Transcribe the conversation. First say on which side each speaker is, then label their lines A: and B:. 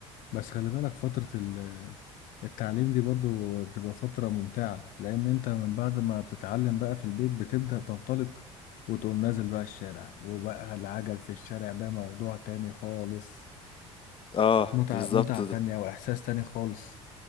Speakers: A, on the left; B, on the left.
A: بس خلي بالك فترة ال التعليم دي برضو بتبقى فترة ممتعة لأن أنت من بعد ما بتتعلم بقى في البيت بتبدأ تنطلق وتقوم نازل بقى الشارع وبقى العجل في الشارع ده موضوع تاني خالص
B: آه،
A: متعة
B: بالضبط
A: متعة
B: ده.
A: تانية وإحساس تاني خالص